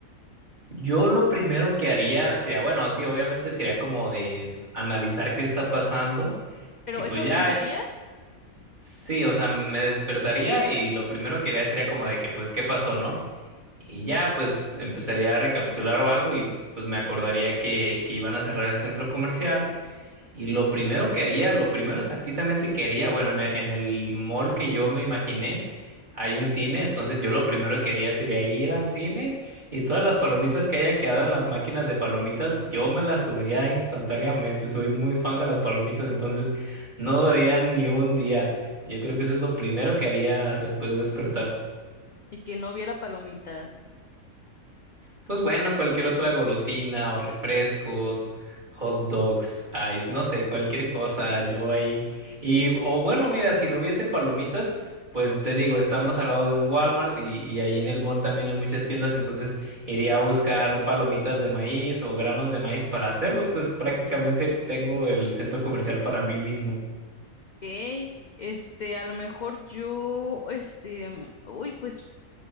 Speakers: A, on the right; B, on the left.
A: Yo lo primero que haría sería, bueno, sí, obviamente sería como de analizar qué está pasando.
B: pero
A: Y pues
B: eso
A: ya,
B: pensarías
A: Sí, o sea, me despertaría y lo primero que haría sería como de que, pues, ¿qué pasó, no? Y ya, pues, empezaría a recapitular o algo y pues me acordaría que, que iban a cerrar el centro comercial y lo primero que haría, lo primero exactamente que haría, bueno, en el, en el mall que yo me imaginé, hay un cine, entonces yo lo primero que haría sería ir al cine y todas las palomitas que hayan quedado en las máquinas de palomitas, yo me las comería instantáneamente. Soy muy fan de las palomitas, entonces no duraría ni un día. Yo creo que eso es lo primero que haría después de despertar.
B: y que no hubiera palomitas.
A: Pues bueno, cualquier otra golosina o refrescos, hot dogs, ice, no sé, cualquier cosa, yo ahí. Y, o bueno, mira, si no hubiese palomitas, pues te digo, estamos al lado de un Walmart y, y ahí en el mall también hay muchas tiendas, entonces iría a buscar palomitas de maíz o granos de maíz para hacerlos, pues prácticamente tengo el centro comercial para mí mismo.
B: Ok, este, a lo mejor yo, este, uy, pues